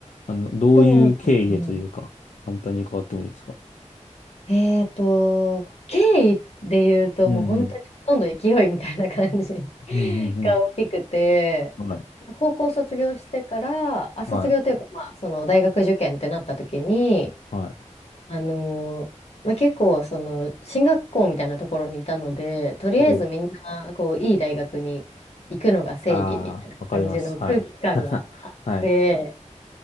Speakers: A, on the left (about 75°); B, on the left (about 55°).
A: あの、どういう経緯でというか、
B: ー。そうですね。
A: 簡単に伺ってもいいですか
B: えーと、経緯で言うと、
A: うんうん。
B: もう本当にほとんど勢いみたいな感じ <laughs>
A: うんうん
B: が大きくて、
A: うん。はい。
B: まあ高校卒業してから、あ、卒業というか、
A: はい。
B: まあ、その大学受験ってなった時に、
A: はい。
B: あのーまあ、結構、その、進学校みたいなところにいたので、とりあえずみんな、
A: おう。
B: こう、いい大学に行くのが正義みたいな感じの空気感があって、
A: ああ、わかります。はい。<laughs> はい。